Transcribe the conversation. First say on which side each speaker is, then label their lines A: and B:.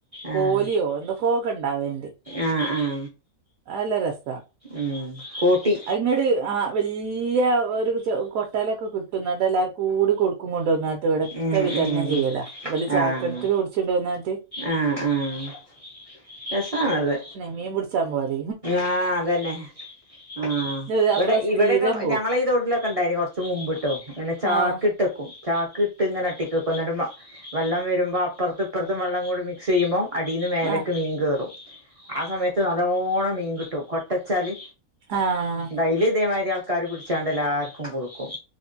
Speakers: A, on the right; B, on the right.
A: ആഹ്
B: കോലിയോ എന്തൊക്കെയൊ ഒക്കെ ഉണ്ടാവല് ഉണ്ട്
A: ആഹ് ആഹ്
B: ആഹ് നല്ല രസാ
A: ഉം കൂട്ടി
B: അയ് ഇങ്ങട് ആഹ് വല്യ ഒരു ചെ കൊട്ടലൊക്കെ കിട്ടു ഇന്നട്ട് എല്ലാർക്കും കൂടി കൊടുക്കും ക്കും കൊണ്ട്ന്നാട്ട് ഇവിടക്കാ
A: ഉം
B: വിതരണം
A: ഉം
B: ചെയ്യലാ വലിയാ ചാക്ക്
A: ആഹ്
B: കണക്കിന് പിടിച്ചു കെണ്ടോന്നാട്ട്
A: ആഹ് ആഹ് രസാണത്
B: മീന് പുട്ച്ചാൻ പോകല്
A: ആഹ് അതന്നെ ആഹ്
B: ഇത് അപ്പള
A: ഇവിടെ
B: സ്ഥിരം
A: ഇവിടെക്കെ
B: പോവും
A: ഞങ്ങളെ തോട്ടലൊ ക്കെണ്ടായിന് കുറച് മുമ്പ് അങ്ങനെ ചാക്ക്
B: ആഹ്
A: ഇട്ടക്കും ചാക്ക് ഇട്ട് ഇങ്ങനെ അട്ടിക്ക് വെക്കും എന്നിട്ട് വെള്ളം വരുമ്പോ അപ്പറത്തും ഇപ്പുറത്തും വള്ളം കൂടി മിക്സ് ചെയ്യുമ്പോ അടിന്ന് മേലക്ക്
B: ആഹ്
A: മീൻ കേറും ആഹ് സമയത്ത് നല്ലോണം മീൻ കിട്ടും കൊട്ടച്ചാല്
B: ആഹ്
A: ഡയിലി ഇതേമാതിരി ആ ക്കാര് പിടിച്ചാണ്ട് എല്ലാർക്കും കൊടുക്കും